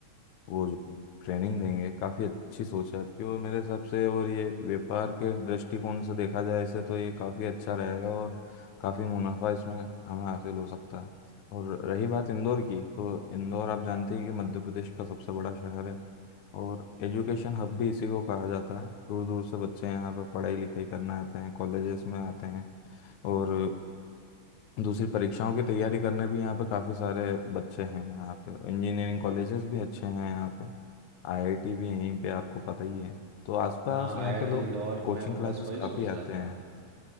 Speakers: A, on the left (about 75°); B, on the right (about 75°).
A: वो जो ट्रेनिंग देंगे काफ़ी अच्छी सोच है आपकी और मेरे हिसाब से और ये व्यापार के दृष्टिकोण से देखा जाए इसे तो ये काफ़ी अच्छा रहेगा और काफ़ी मुनाफा इसमें हमें हासिल हो सकता है और रही बात इंदौर की तो इंदौर आप जानते हैं कि मध्य प्रदेश का सबसे बड़ा शहर है और एजुकेशन हब भी इसी को कहा जाता है दूर दूर से बच्चे यहाँ पर पढ़ाई लिखाई करने आते हैं कॉलेजेस में आते हैं और दूसरी परीक्षाओं की तैयारी करने भी यहाँ पे काफ़ी सारे बच्चे हैं यहाँ पे इंजीनियरिंग कॉलेजेस भी अच्छे हैं यहाँ पे आईआईटी भी यहीं पे आपको पता ही है तो आसपास
B: हाँ
A: यहाँ
B: आईआईटी
A: पे लोग
B: इंदौर
A: कोचिंग
B: मैं वो
A: क्लासेस
B: बस वही
A: काफ़ी
B: सोच रहा
A: आते हैं
B: था